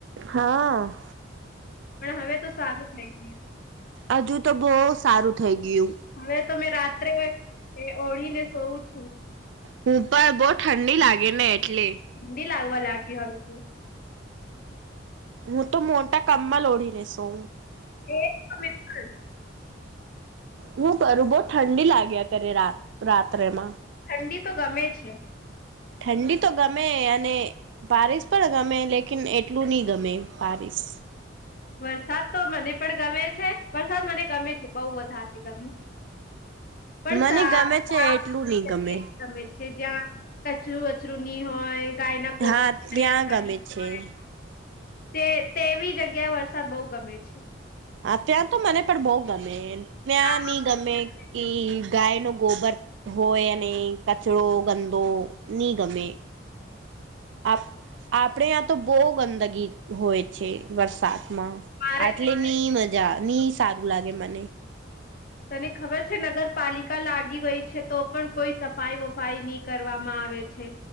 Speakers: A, on the right; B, on the left.
A: હા.
B: પણ હવે તો સારું થઈ ગયુ છે.
A: હજુ તો બહ સારું થઈ ગયુ
B: હવે તમે રાત્રે એ ઓળીને સોવં છુ.
A: હું પણ બહ ઠંડી લાગે ને એટલે
B: ઠંડી લાગવા લાગી હવે તુ
A: હું તો મોટા કામમાં લોડીનેસ હુ.
B: એ બિલકુલ
A: હું કરું બહ, ઠંડી લાગી કરી રાત્રેમા
B: ઠંડી તો ગમે છે.
A: ઠંડી તો ગમે અને પારિસ પણ ગમે લેકિન એટલું નહ, ગમે પારિસ
B: વરસાદ તો મને પણ ગમે છે વરસાદ મને ગમે છે, બહુ વધારે ગમે પણ
A: મને
B: સા
A: ગમે છે,
B: સાફ
A: એટલું
B: સુથરી
A: નહ ગમે
B: જગ્યા ગમે છે જ્યાં કચરું વચરું ની હોય ગાય ના ગોબરરેાની
A: હા ત્યાં ગમે છે.
B: હોય. તે તેવી જગ્યાએ વરસાદ બહુ ગમે છે.
A: હા, ત્યાં તો મને પણ બહુ ગમે ત્યાં
B: ના
A: નની ગમે
B: પડે છે
A: કે
B: વરસાદ.
A: ગાય ન ગોબર હોય, અને કચરોો ગંદો નહી ગમે આપ આપણે આ્યાં તો બહુ ગંદગી હોય છે. વરસાદમા
B: મારે
A: આટલે
B: તે જગ્યાએ-
A: ની મજા ની સારું લાગે મને
B: તને ખબર છે નગરપાલિકા લાગી ગઈ છે તો પણ કોઈ સફાઈ વફાઈ નહી. કરવામાં આવે છે.